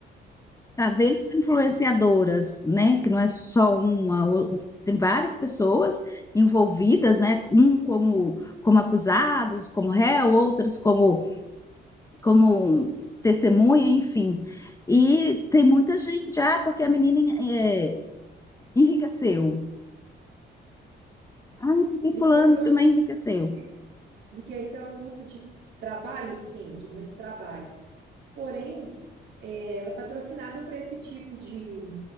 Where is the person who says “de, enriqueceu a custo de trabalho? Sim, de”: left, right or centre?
Right